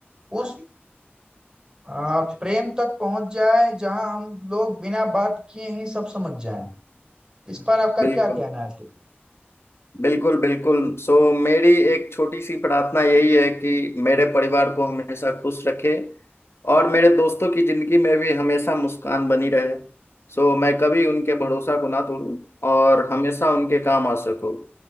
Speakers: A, on the right; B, on the left.
A: उस आ, प्रेम तक पहुंच जाए जहां हम लोग बिना बात किए ही सब समझ जाएं इस पर आपका
B: बिल्कुल
A: क्या कहना है
B: बिल्कुल बिल्कुल सो मेरी एक छोटी सी प्रार्थना यही है कि मेरे परिवार को हमेशा खुश रखे और मेरे दोस्तों की जिंदगी में भी हमेशा मुस्कान बनी रहे सो मैं कभी उनके भरोसा को ना तोड़ूं और हमेशा उनके काम आ सकूं